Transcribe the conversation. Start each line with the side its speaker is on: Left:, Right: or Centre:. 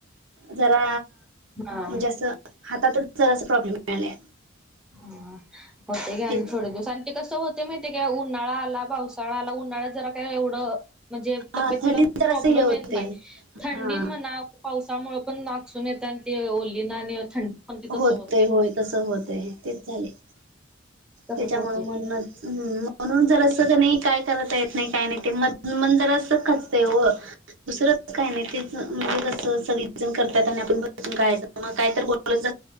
Right: जरा
Centre: हा.
Right: म्हणजे असं हातातच जरा अस प्रॉब्लेम यायलय
Centre: ह होते घ्या
Right: तेच
Centre: आणि थोडे दिवसां ते कसं होते माहितीे काय उन्हाळा आला पावसाळा आला उन्हाळ्यात जरा काय एवढं म्हणजे
Right: हा
Centre: तब्येतीला
Right: थंडीत जरासं
Centre: प्रॉब्लेम
Right: हे होते
Centre: येत नाही थंडीत
Right: हा
Centre: म्हणा पावसामुळे पण नागसून येत आणि त ओली ना आणि थंडी पण त तसं
Right: होते
Centre: हो
Right: होय तसं होत आहे तेच झाले
Centre: तसंच
Right: त्याच्यामुळे
Centre: होते
Right: म्हण म्हणून जर असं नाही काय करायच येत नाही काही नाही ते म मंतरच खचतय हो दुसरं काय नाही तेच म्हणजे कसं सगळे जण करतात आणि आपण बसूनयच म काय तर बोच